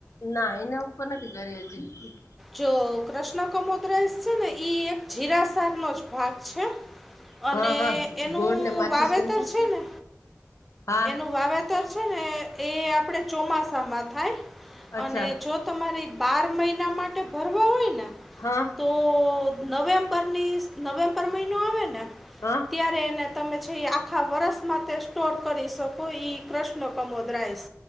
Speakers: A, on the left; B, in the centre.
A: ના એના ઉપર નથી કરી હતી
B: જો કૃષ્ણકમોદ રઈસ છે ને ઈ એક જીરાસાર નો જ ભાગ છે અને
A: હા હા
B: એનું
A: ગોળ ને માચીસ
B: વાવેતર
A: ગમતી
B: છે ને
A: હા
B: એનું વાવેતર વાવેતર છે ને એ આપણે ચોમાસામાં થાય
A: અચ્છા
B: અને તમારે બાર મહિના માટે ભરવા હોય ને
A: હા
B: તો નવેમ્બરની નવેમ્બર મહિનો આવે ને
A: હા
B: ત્યારે એને તમે છે એ આખા વરસમાં તે સ્ટોર કરી શકો એ કૃષ્ણ કમોદ રાઈસ